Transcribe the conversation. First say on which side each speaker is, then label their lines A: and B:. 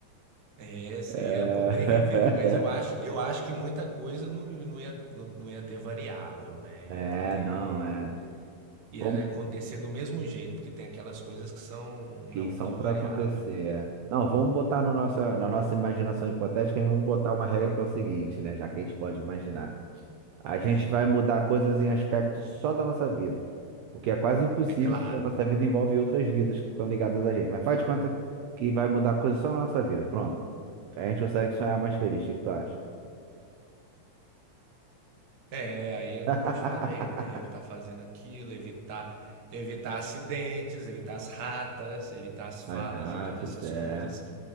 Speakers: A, on the right; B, on the right.
A: é, você
B: É,
A: ia poder rever, mas eu acho, eu acho que muita coisa não, não ia, não, não ia ter variável, né?
B: <laughs> é,
A: Ia ter
B: não, é.
A: Ia
B: Vamos...
A: acontecer do mesmo jeito, porque tem aquelas coisas que são não
B: Que são
A: tão
B: para
A: variável.
B: acontecer. é. Não, vamos botar no nosso, na nossa imaginação hipotética, vamos botar uma regra que é o seguinte, né? Já que a gente pode imaginar. A gente
A: É,
B: vai mudar coisas em aspectos só da nossa vida. O que é quase impossível,
A: é claro.
B: porque a nossa vida envolve outras vidas que estão ligadas a gente. Mas faz de conta que vai mudar coisas só na nossa vida. Pronto. A gente consegue sonhar mais feliz. O que tu acha?
A: É, aí é como
B: <laughs>
A: eu te falei, né? Ia estar fazendo aquilo, evitar, evitar acidentes, evitar as ratas, evitar as falas
B: As ratas,
A: e todas essas
B: é.
A: coisas.